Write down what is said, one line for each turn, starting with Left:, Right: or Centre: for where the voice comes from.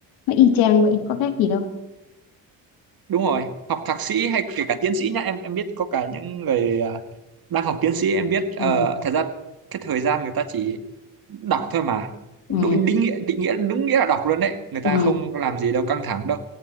Left: nó y chang vậy có khác gì đâu
Right: đúng rồi học thạc sĩ hay kể cả tiến sĩ nhá em em biết có cả những người ờ, đang học tiến sĩ em biết ờ,
Left: ừ
Right: thật ra cái thời gian người ta chỉ đọc thôi mà Đụ-
Left: ừ
Right: định nghĩa định nghĩa đúng nghĩa là đọc luôn đấy người ta
Left: ừ
Right: không làm gì đâu căng thẳng đâu